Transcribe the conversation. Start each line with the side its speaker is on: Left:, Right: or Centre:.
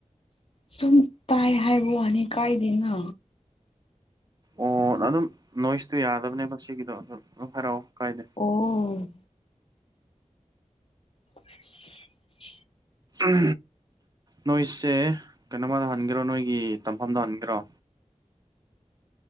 Left: ꯁꯨꯝ ꯇꯥꯏ ꯍꯥꯏꯕ ꯑꯅꯤ ꯀꯥꯏꯗꯅ
Right: ꯑꯣ ꯑꯗꯨꯝ ꯅꯣꯏꯁꯇꯨ ꯌꯥꯗꯕꯅꯦ ꯃꯁꯤꯒꯤꯗꯣ ꯑꯗꯨ ꯑꯗꯨꯝ ꯍꯥꯏꯔꯛꯑꯣ ꯀꯥꯏꯗꯦ
Left: ꯑꯣ <inaudible> <unintelligible>
Right: ꯎ ꯅꯣꯏꯁꯦ ꯀꯩꯅꯣꯃꯗ ꯍꯟꯒꯦꯔꯣ ꯅꯣꯏꯒꯤ ꯇꯝꯐꯝꯗ ꯍꯟꯒꯦꯔꯣ